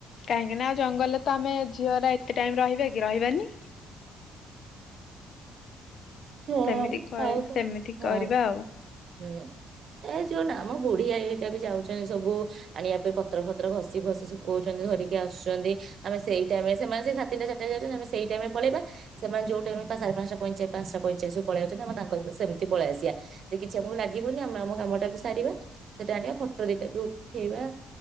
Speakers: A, on the left (about 60°); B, on the right (about 60°).
A: କାହିଁକି ନା ଆଉ ଜଙ୍ଗଲରେ ତ ଆମେ ଝିଅ ରା ଏତେ ଟାଇମ ରହିବା କି ରହିବାନି।
B: ହଁ
A: ସେମିତି କହିବ
B: ଆଉ କଣ
A: ସେମିତି
B: ହଁ
A: କରିବା ଆଉ
B: ହୁଁ ଏ ଯୋଉ ନା ଆମ ବୁଢୀଆଇ ହେରିକା ବି ଯାଉଛନ୍ତି ସବୁ ଆଣିବା ପାଇଁ ପତ୍ର ଫତର ଘଷି ଫସି ଶୁଖଉଛନ୍ତି ଧରିକି ଆସୁଛନ୍ତି ଆମେ ସେଇ ଟାଇମ୍ ରେ ସେମାନେ ସେଇ ସାଢେ ତିନଟା ଚାରିଟା ରେ ଯାଉଛନ୍ତି ଆମେ ସେଇ ଟାଇମ୍ ରେ ପଳେଇବା ସେମାନେ ଯୋଉ ଟାଇମ୍ ରେ ସାଢେ ପାଞ୍ଚଟା ପଇଁଚାଶୁ ପାଞ୍ଚଟା ପଇଁଚାଳିଶ ପଳେଇ ଯାଉଛନ୍ତି ଆମେ ତାଙ୍କ ସହିତ ସେମିତି ପଳେଇ ଆସିବା। ଯେ କିଛି ଆମକୁ ଲାଗିବନି ଆମେ ଆମ କାମଟା ବି ସାରିବା ସେଟା ଆଣିବା ଫଟୋ ଦିଟା ବି ଉଠେଇବା